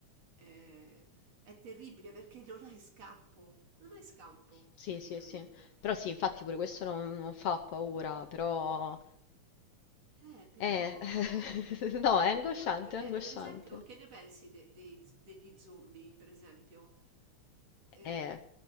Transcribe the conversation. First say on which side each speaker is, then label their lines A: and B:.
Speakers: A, on the right; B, on the left.
A: eh, è terribile perché non hai scampo, non hai scampo
B: Sì,
A: Sì, praticamente.
B: sì, sì. Però sì, infatti pure questo non, non fa paura, però...
A: Eh, però,
B: Eh, <laughs> no, è angosciante,
A: però pe- eh,
B: è angosciante.
A: per esempio, che ne pensi de- dei z- degli zombie? Per esempio, Eh,
B: Eh,